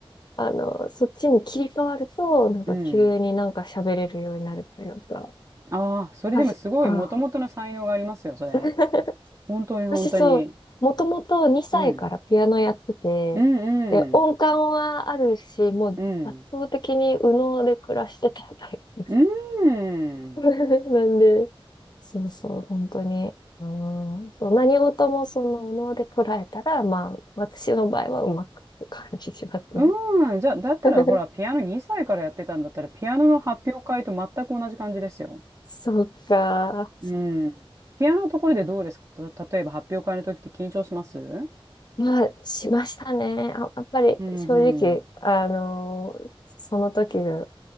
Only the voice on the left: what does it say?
らあの、そっちに切り替わると、なんか急になんか喋れるようになるというか、
はし、あ、
<laughs>
私そう、もともと2歳からピアノやってて、
で、音感はあるし、
もう圧倒的に右脳で暮らしてたタイプです。
<laughs> なんで、そうそう、本当に。うん、そう、何事もその右脳で捉えたら、まあ、私の場合はうまくいく感じしますね。
<laughs>
そうか。
まあ、しましたね。あ、やっぱり正直、
あのーその時の